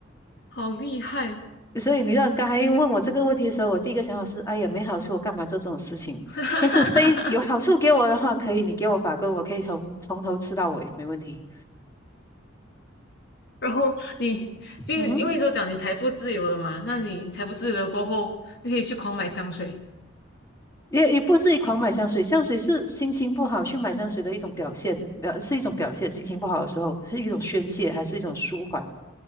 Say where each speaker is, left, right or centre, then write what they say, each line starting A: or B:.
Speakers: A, on the left; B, on the left.
A: 好厉害！
B: 所以你让你刚才问我这个问题的时候，我第一个想法是，哎呀，没好处，我干嘛做这种事情？
A: <laughs> 哈哈哈
B: 但是非有好处给我的话，可以，你给我法棍，我可以从从头吃到尾，没问题。
A: 然后你，就因为都讲你财富自由了嘛，
B: 嗯哼，
A: 那你财富自由了过后，就可以去狂买香水。
B: 也也不是一狂买香水，香水是心情不好去买香水的一种表现，表是一种表现。心情不好的时候是一种宣泄，还是一种舒缓？